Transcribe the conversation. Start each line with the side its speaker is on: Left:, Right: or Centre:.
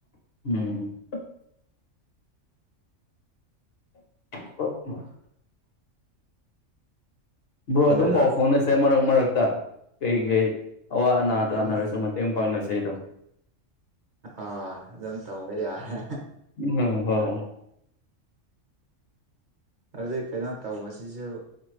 Left: ꯎꯝ <unintelligible> ꯕ꯭ꯔꯣ
Right: ꯑꯗꯨꯒ
Left: ꯑꯗꯨꯝ ꯄꯥꯎ ꯐꯥꯎꯅꯁꯦ ꯃꯔꯛ ꯃꯔꯛ ꯇꯥ ꯀꯩ ꯀꯩ ꯑꯋꯥ ꯑꯅꯥ ꯇꯥꯅꯔꯁꯨ
Right: ꯎꯝ ꯎꯝ
Left: ꯃꯇꯦꯡ ꯄꯥꯡꯅ <unintelligible>
Right: ꯑꯥ ꯑꯗꯨꯝ ꯇꯧꯕ ꯌꯥꯔꯦ
Left: ꯎꯝ ꯍꯣꯏ ꯍꯣꯏ
Right: ꯑꯗꯨꯗꯩꯩ ꯀꯩꯅꯣ ꯇꯧꯕꯁꯤꯁꯨ